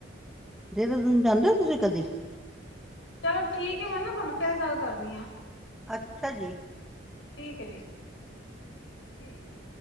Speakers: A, in the centre; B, on the left.
A: ਦੇਹਰਾਦੂਨ ਜਾਂਦੇ ਹੋ ਤੁਸੀਂ ਕਦੀ
B: ਚਲੋ ਠੀਕ ਹੈ ਮੈਂ ਨਾ ਤੁਹਾਨੂੰ ਫੇਰ ਗੱਲ ਕਰਨੀ ਆ
A: ਅੱਛਾ ਜੀ।
B: ਠੀਕ ਹੈ ਜੀ ਠੀਕ ਹੈ ਜੀ।